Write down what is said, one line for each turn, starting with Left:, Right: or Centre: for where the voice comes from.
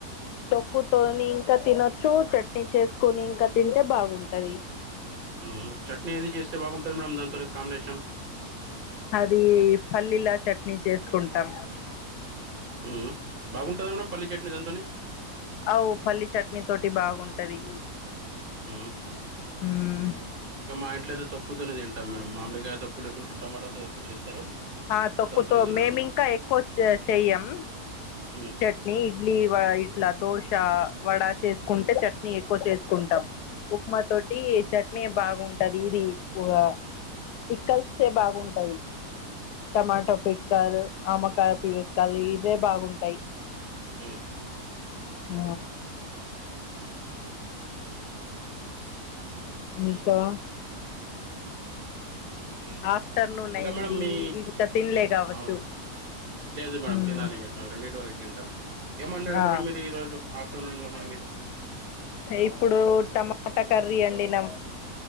Left: తొక్కు తోనింక తినొచ్చు చట్నీ చేసుకొని ఇంకా తింటే బాగుంటది
Right: ఉమ్ చట్నీ ఏది చేస్తే బాగుంటది మేడం దాని తోని కాంబినేషన్
Left: అదీ పల్లీల చట్నీ చేసుకుంటాం
Right: మ్ మ్ బాగుంటది మేడం పల్లీ చట్నీ దంతోని
Left: అవ్ పల్లి చట్నీ తోటి బాగుంటది
Right: ఆ
Left: మ్
Right: మా ఇంట్లయితే తోక్కుతోనే తింటాం మేము మామిడికాయ తోక్కు లేకుంటే టొమాటా తోక్కు చేస్తారు
Left: ఆ తోక్కుతో
Right: దాంతోనే తింటాము.
Left: మేమి ఇంకా ఎక్కువ చ్ చెయ్యం
Right: మ్
Left: చట్నీ ఇడ్లీ వ ఇట్ల దోశ వడ చేసుకుంటే
Right: హ్మ్.
Left: చట్నీ ఎక్కువ చేసుకుంటాం ఉప్మా
Right: హుహు.
Left: తోటి చట్ ట్నే బాగుంటది ఇది ప్ పిక్కల్స్తే
Right: హ్మ్.
Left: బాగుంటది టమాట
Right: హుహు.
Left: పిక్కలు ఆవకాయ పికల్
Right: హ్మ్.
Left: ఇవే బాగుంటాయి
Right: మ్
Left: ఆ
Right: హ్మ్.
Left: ఇంకా
Right: హ్మ్.
Left: ఆఫ్టర్నూన్
Right: ఇంకా
Left: అయింది
Right: మేడం మీ
Left: ఇంకా తినలే కావచ్చు
Right: అవునా? లేదు మేడం
Left: మ్మ్
Right: తినాలి ఇంగ రెండింటి వరకు తింటాం ఎం వండారు
Left: ఆ
Right: మేడం మీరు ఈరోజు ఆఫ్టర్నూన్లో మరి మీరు
Left: ఇప్పుడు టమాటా కర్రీ అండి వండినం